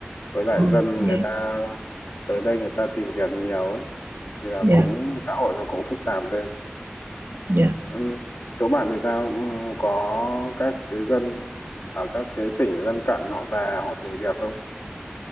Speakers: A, on the left; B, on the right.
A: với lại
B: Ồ,
A: dân người
B: dạ
A: ta tới đây người ta tìm việc nhiều ấy thì là
B: dạ
A: cũng xã hội nó cũng phức tạp lên
B: dạ
A: ừ. chỗ bạn thì sao ừ, có các cái dân ở các cái tỉnh lân cận họ về họ tìm việc không